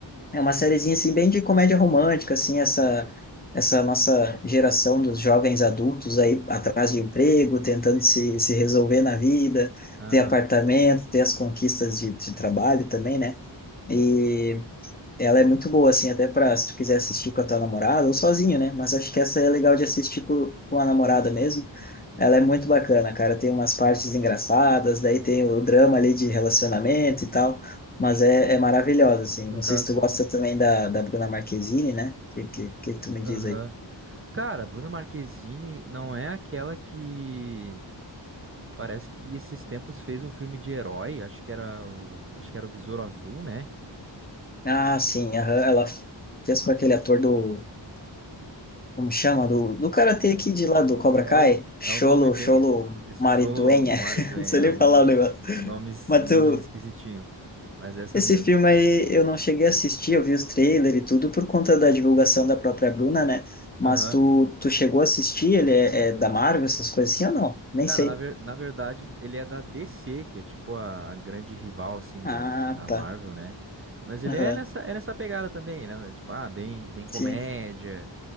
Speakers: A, on the left; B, on the right.
A: É uma sériezinha assim bem de comédia romântica, assim, essa essa nossa geração dos jovens adultos aí atrás de emprego, tentando se, se resolver na vida,
B: Aham.
A: ter apartamento, ter as conquistas de, de trabalho também, né? E ela é muito boa, assim, até pra se tu quiser assistir com a tua namorada ou sozinho, né? Mas acho que essa é legal de assistir com, com a namorada mesmo. Ela é muito bacana, cara. Tem umas partes engraçadas, daí tem o drama ali de relacionamento e tal. Mas é, é maravilhosa, assim.
B: No
A: Não
B: caso,
A: sei se tu gosta também da, da Bruna Marquezine, né? O que, que, que que tu
B: aham.
A: me diz aí?
B: Cara, Bruna Marquezine não é aquela que parece que esses tempos fez um filme de herói, acho que era o acho que era o Besouro Azul, né?
A: Ah, sim, aham, ela fez com aquele ator do. Como chama? Do, do Karate Kid lá do Cobra
B: É
A: Kai?
B: o
A: Cholo,
B: é o nome bem
A: Cholo
B: isso
A: Mariduenha.
B: Cholo Maruduem,
A: <laughs> Não sei
B: é
A: nem
B: o nome
A: falar o negócio.
B: nome es-
A: Mas
B: nome
A: tu,
B: esquisitinho, mas é essa
A: Esse
B: mesmo.
A: filme aí eu não cheguei a assistir, eu vi os trailers e tudo por conta da divulgação da própria Bruna, né? Mas
B: Aham.
A: tu, tu chegou a assistir? Ele é, é da Marvel, essas coisas assim ou não? Nem
B: Cara,
A: sei.
B: na, ver- na verdade, ele é da DC, que é tipo a, a grande rival, assim,
A: Ah,
B: da, da
A: tá.
B: Marvel, né? Mas ele
A: Aham,
B: é nessa, é nessa pegada também, né? Tipo, ah, bem, bem
A: sim.
B: comédia,